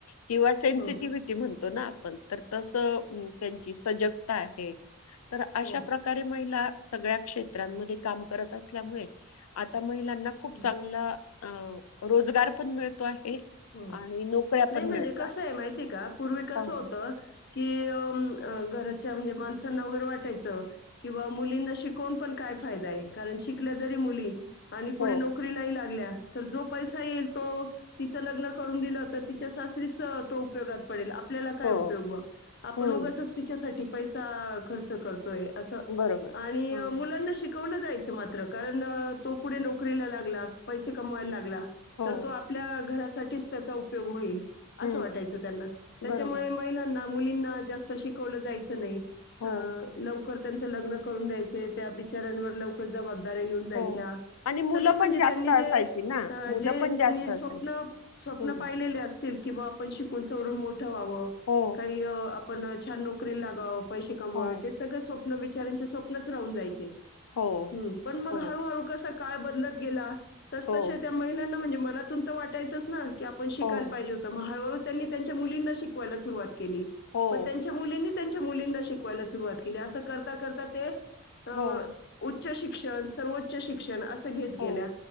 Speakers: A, on the left (about 80°); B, on the left (about 50°).
A: किंवाेनसिटि्ह
B: हो हो
A: <unintelligible> पण आपण तर. तस त्यांची. सजगता आहे. तर अशा
B: हो
A: प्रकारे महिला. सगळ्या क्षेत्रांमध्ये काम करत असल्यामुळे आता. महिलांना खूप
B: हो
A: चांगला. अ रोजगार पण मिळतो आहे.
B: हो
A: आणि नोकऱ्या
B: नाही
A: पण
B: म्हणजे
A: मिळतात.
B: कसं आहे माहिती आहे पूर्वी कस
A: हां.
B: होत की. अ घच्या म्हणजे माणसना वगैरे वाटायचं, किंवा मुलींना शिकवून पण काय फायदाय कारण शिकल्या जरी मुली. आणि पुढे
A: हो,
B: नोकरीलाही लागल्या. तर जो पैसा येईल तो ति लग् करून दिलं तिच्या सासरीच तो उपयोगात पडेल. आपल्याला काय
A: हो.
B: उपयोग व आपण
A: हं.
B: उगच तिच्यासाठी. पैसा खर्च करतोय. असं
A: बरोबर.
B: आणि
A: हं.
B: मुलांना शिक शिकवलं जायच, मात्र कारण तो पुढे नोकरीला लागला, पैसे कमवायला लागला.
A: हो.
B: तर तो आपल्या घरात. साठीच त्याचा उपयोग होईल.
A: हं.
B: असं वाटायचं त्यांना त्याच्यामुळे
A: बरोबर.
B: महिलांना. मुलींना जास्त शिकवल जायच नाही,
A: हो,
B: लवकर त्यांच लग् करून द्यायच, त्या बिचाऱ्यावर लवकर जबा येऊन जायच्या
A: हो. आणि मुलं
B: सगळ म्हणजे
A: पण जास्त
B: त्यांनी
A: असायची
B: जे
A: ना, मुलं
B: जे
A: पण जास्त
B: त्यांनी
A: असायची.
B: स्वप्न. स्वप्न
A: हं.
B: पाहिलेले अस. किंवा आपण शिकुण सवरून मोठ. ठे ववं
A: हो,
B: काही. पण छान नोकरी लागाव. पैसे कमवावे
A: हो,
B: ते सगळं सो स्व्न विचारांचे स्वप्नच राहून जायचे. हम्
A: हो,
B: पण मग
A: हो,
B: हळूहळू कसा. काय बदलत गेला. तस
A: हो,
B: तसे त्या महिलांना म्हणज. मनातून तर वाटयचं, - ह की आपण, शिकायला
A: हो,
B: पाहिजे होत. मग हळुहळू त्यांनी त्यांच्या मुलींना शिकवायला सुरुवात केली.
A: हो.
B: पण त्यांच्या मुलींनी, त्यांच्या मुलींना शिकवायला सुरुवात केली, असं करता करता ते अ
A: हो.
B: उच्च शिक्षण सर्वोच्च शिक्षण असं घेत
A: हो,
B: गेल्या